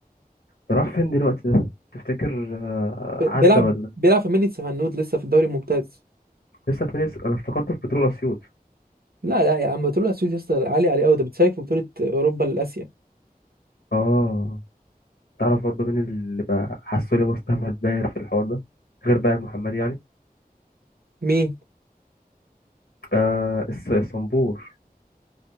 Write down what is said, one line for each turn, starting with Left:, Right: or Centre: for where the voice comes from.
Left: ده راح فين دلوقتي ده تفتكر آه،
Right: ب-
Left: عدى
Right: بيلعب
Left: ولا
Right: بيلعب في مني سفنود لسه في الدوري الممتاز
Left: لسه في ناس انا افتكرته في بترول اسيوط
Right: لا لا يا عم بتقول له اسيوط يا اسطى عالي عليه قوي ده بتشارك في بطوله اوروبا لاسيا
Left: اه تعرف برضه مين اللي بقى حاسه لي مستعمل باير في الحوار ده غير بقى محمد يعني
Right: مين
Left: آه الص- الصنبور